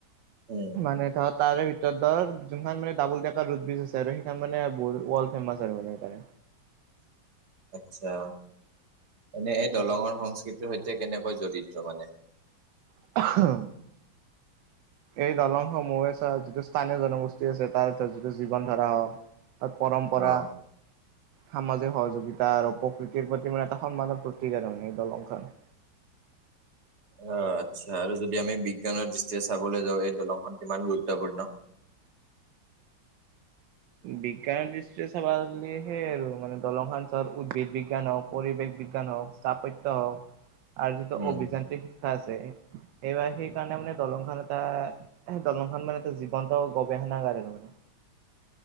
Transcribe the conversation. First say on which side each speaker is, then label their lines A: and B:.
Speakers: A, on the right (about 55°); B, on the right (about 70°).
A: উম
B: মানে ধৰ তাৰে ভিতৰত ধৰ যোনখন মানে ডাবুল ডেকা ৰুট ব্ৰীজ আছে আৰু সেইখন মানে বহুত ৱৰ্ল্ড ফেমাচ আৰু মানে সেইকৰণে
A: আটচ্ছা। এনে এই দলঙৰ সংস্কৃতিৰ সৈতে কেনেকৈ জড়িত মানে?
B: <unintelligible> এই দলংসমূহে চা যিটো স্থানীয় জনগোষ্ঠী আছে তাৰ যিটো জীৱন ধৰা হওঁক তাত পৰম্পৰা
A: অ।
B: সামাজিক সহযোগিতা আৰু প্ৰকৃতিৰ প্ৰতি মানে এটা সন্মানৰ প্ৰতীক আৰু মানে এই দলংখন।
A: অ' আচ্ছা আৰু যদি আমি বিজ্ঞানৰ দৃষ্টিৰে চাবলৈ যাওঁ এই দলংখন কিমান গুৰুত্বপূৰ্ণ
B: বিজ্ঞানৰ দৃষ্টিৰে চাব গ'লে সেই আৰু মানে দলংখন <unintelligible> উদ্ভিদ বিজ্ঞান হওঁক, পৰিৱেশ বিজ্ঞান হওঁক তাপত্য হওঁক
A: <inaudible>
B: আৰু যিটো
A: উম
B: অভিযান্ত্ৰিক শিক্ষা আছে, সেবাৰ সেইকাৰণে মানে দলংখন এটা সেই দলংখন মানে এটা জীৱন্ত গৱেষণাগাৰ <unintelligible> মানে।